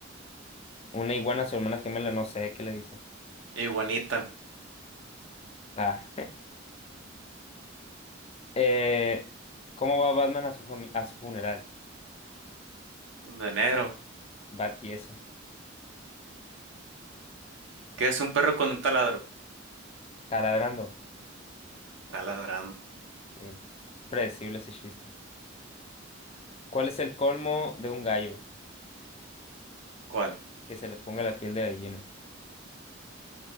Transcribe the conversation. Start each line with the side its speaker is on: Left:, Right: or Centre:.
Left: Una iguana, su hermana gemela, no sé qué le dice.
Right: Iguanita,
Left: Ah. Eh, ¿cómo va Batman a su fami- a su funeral?
Right: de negro.
Left: Va tieso.
Right: ¿Qué es un perro con un taladro?
Left: Taladrando.
Right: Está ladrando.
Left: Eh, predecible ese chiste. ¿Cuál es el colmo de un gallo?
Right: ¿Cuál?
Left: Que se le ponga la piel de gallina.